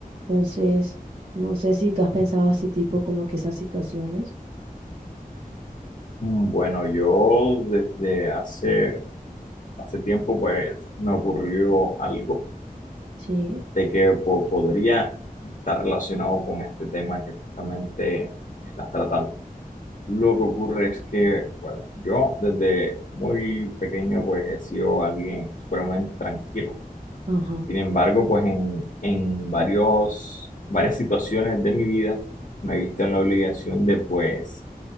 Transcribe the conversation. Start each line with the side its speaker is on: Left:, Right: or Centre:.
Right: Entonces... No sé si tú has pensado así, tipo, como que esas situaciones.
Left: Mm, Bueno, yo desde hace, hace tiempo pues me ocurrió algo
Right: Sí,
Left: de que po- podría estar relacionado con este tema que justamente estás tratando. Lo que ocurre es que, bueno, yo desde muy pequeño pues he sido alguien supremamente tranquilo.
Right: ajá,
Left: Sin embargo, pues en, en varios, varias situaciones de mi vida me he visto en la obligación de pues